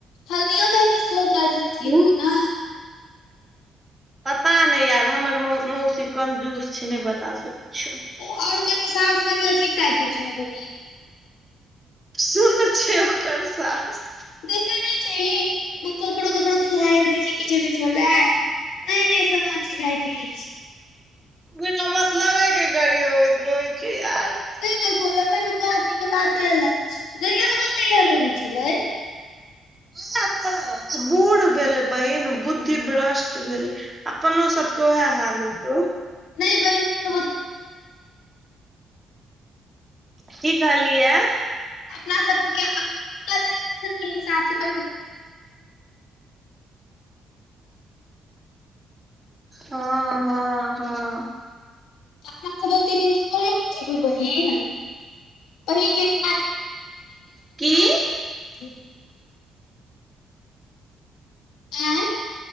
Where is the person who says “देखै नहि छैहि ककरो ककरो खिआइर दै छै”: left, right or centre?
Left